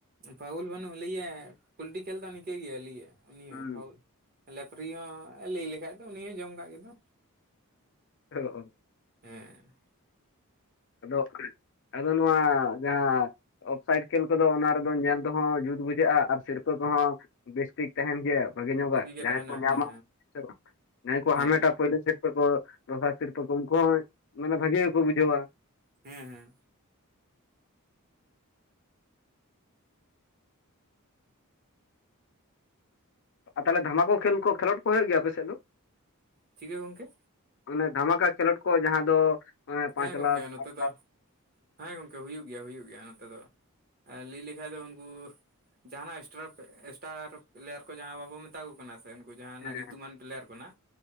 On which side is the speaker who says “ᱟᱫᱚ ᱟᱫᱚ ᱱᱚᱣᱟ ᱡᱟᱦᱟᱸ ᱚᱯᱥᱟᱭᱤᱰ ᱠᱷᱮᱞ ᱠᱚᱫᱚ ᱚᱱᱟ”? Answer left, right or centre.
Left